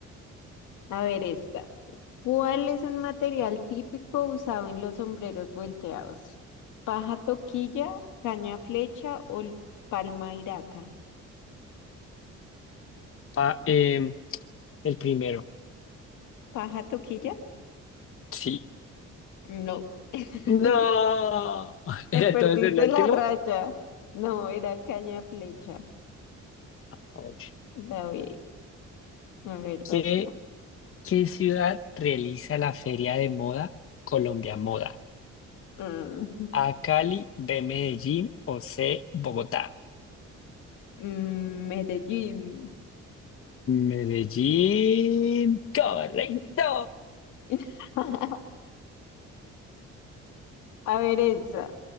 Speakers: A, on the left; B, on the left.
A: A ver esta. ¿Cuál es un material típico usado en los sombreros volteados? ¿Paja toquilla, caña flecha o l- palma iraca?
B: Ah, em, el primero.
A: ¿Paja toquilla?
B: Sí.
A: No. <laughs>
B: No. <laughs> ¿Era entonces
A: Perdiste
B: el último?
A: la raya. No, era caña flecha.
B: Ouch.
A: La B. A ver, vas
B: ¿Qué,
A: tú.
B: qué ciudad realiza la feria de moda Colombia Moda?
A: Mm,
B: ¿A Cali, B Medellín o C Bogotá?
A: mm, Medellín.
B: Medellín, correcto.
A: <laughs> <laughs> A ver, esa.